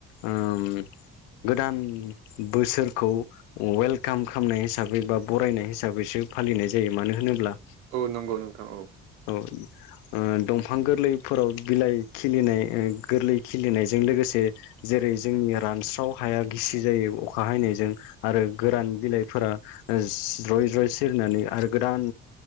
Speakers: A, on the left; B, on the right.
A: ओम गोदान बोसोर खौ वेलकाम खालामनाय हिसाबै बा बरायनाय हिसाबैसो फालिनाय जायो मानो होनोब्ला
B: औ नंगौ नोंथां औ।
A: औ ओ दंफां गोरलैफोराव बिलाइ खिलिनाय उम गोरलै खिलिनायजों लोगोसे जेरै जोंनि रानस्राव हाया गिसि जायो अखा हायो। जों आरो गोरान बिलाइफोरा ज्रय ज्रय सिरिनानै आरो गोदान